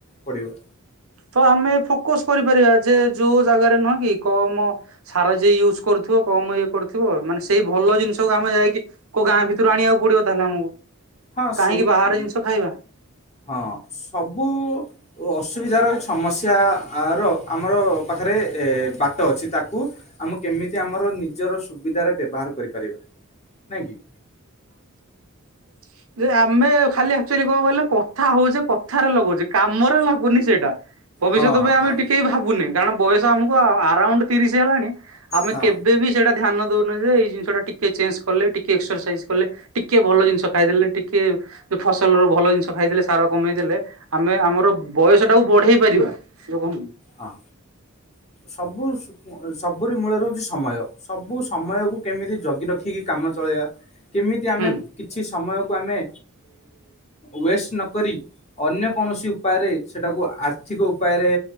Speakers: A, on the left; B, on the right.
A: ପଡ଼ିବ।
B: ତ ଆମେ ଫୋକସ କରିପାରିବା ଯେ ଯୋଉ ଜାଗାରେ ନୁହଁ କି କମ ସାର ଯିଏ ୟୁଜ୍ କରୁଥିବ କମ ଇଏ କରୁଥିବ ମାନେ ସେଇ ଭଲ ଜିନିଷକୁ ଆମେ ଯାଇକିୋ ଗାଁ ଭିତରୁ ଆଣ ଜଣିବାକୁ ପଡିବ ତାହେଲେ ଆମକୁ।
A: ହଁ
B: କାହିଁକି
A: ସେଇ
B: ବାହାର ଜିନିଷ ଖାଇବା
A: <inaudible> ହଁ ସବୁ ଅସୁବିଧାର ସମସ୍ୟାର ଆର ଆମର ପାଖରେ ବାଟ ଅଛି ତାକୁ ଆମକୁ କେମିତି ଆମର ନିଜର ସୁବିଧାରେ ବ୍ୟବହାର କରିପାରିବା ନାଇଁକି।
B: ହ ଯେ ଆମେ ଖାଲି ଆଚୁଆଲି କଣ କହିଲ କଥା ହଉଛେ କଥାରେ ଲଗଉଛେ କାମରେ ଲାଗୁନି ସେଇଟା। ଭବିଷ୍ୟତ
A: ହଁ
B: ପାଇଁ ଆମେ
A: ଆମ୍-
B: ଟିକେ ଭାବୁନି କାରଣ ବୟସ ଆମକୁ ଆରାଉଣ୍ଡ ତିରିଶ ବୁଝିହେଲାଣି ଆମେ
A: ହଁ
B: କେବେ ବି ସେଇଟା ଧ୍ୟାନ ଦଉ ଇ ଜିନିଷଟା ଟିକେ ଚେଞ୍ଜ କଲେ ଟିକେ ଏକ୍ସର ସାଇଜ କଲେ ଟିକେ ଭଲ ଜିନିଷ ଖାଇଦେଲେ ଟିକେ ଫସଲର ଭଲ ଜିନିଷ ଖାଇଦେଲେ ସାର କମେଇଦେଲେ ଆମେ ଆମର ବୟସଟା କୁ ପଢେଇ ପାରିବା। ଯୋଉ କହନ୍ତି
A: ହଁ ସବୁ ସବୁ ସବୁରି ମୂଳ ରହୁଛି ସମୟ ସବୁ ସମୟକୁ କେମିତି ଜଗି ରଖିକି କାମ ଚଳେଇବା। କେମିତି ଆମେ
B: ହୁଁ
A: କିଛି ସମୟକୁ ଆମେ ୱେଷ୍ଟ ନ କରିରି ଅନ୍ୟ କୌଣସି ଉପାୟରେ ସେଟାକୁ ଆର୍ଥିକ ଉପାୟରେ